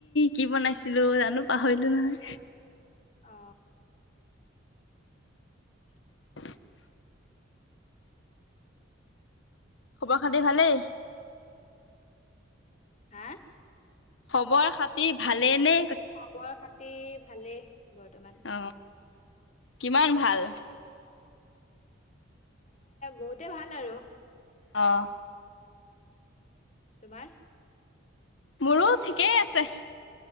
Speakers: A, on the left; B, on the left.
A: কি বনাইছিলো জানো পাহৰিলো নহয়
B: অ
A: <unintelligible> খবৰ খাতি ভালেই।
B: হা।
A: খবৰ খাতি ভালে নে?
B: খবৰ খাতি। তি ভালে। বৰ্তমান।
A: অ কিমান ভাল
B: বহুতে ভাল আৰু
A: অঁ।
B: তোমাৰ।
A: মোৰো ঠিকেই আছে।